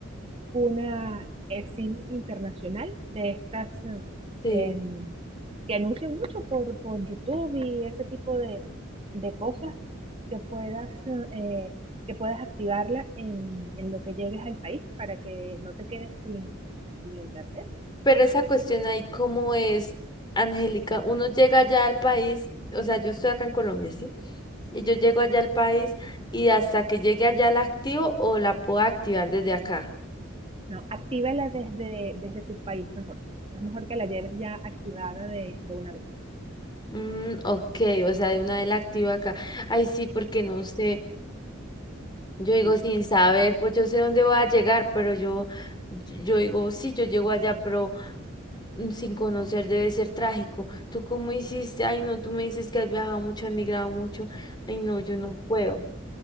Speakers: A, on the right; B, on the left.
A: una eh, SIM internacional de estas eh,
B: Sí,
A: em, que anuncian mucho por, por YouTube y ese tipo de, de cosas que puedas, eh, que puedas activarla en, en lo que llegues al país para que no te quedes sin, sin internet.
B: pero esa cuestión ahí, ¿cómo es, Angélica? Uno llega allá al país, o sea, yo estoy acá en Colombia, ¿sí? Y yo llego allá al país y hasta que llegue allá la activo o la puedo activar desde acá.
A: No, actívala desde, desde tu país mejor. Es mejor que la lleves ya activada de, de una vez.
B: Mm, ok, o sea, de una vez la activo acá. Ay, sí, porque no sé, yo digo
A: Y,
B: sin saber, pues yo sé dónde voy a llegar, pero yo, yo digo, sí, yo llego allá, pero mm, sin conocer debe ser trágico. ¿Tú cómo hiciste? Ay, no, tú me dices que has viajado mucho, has migrado mucho. Ay, no, yo no puedo.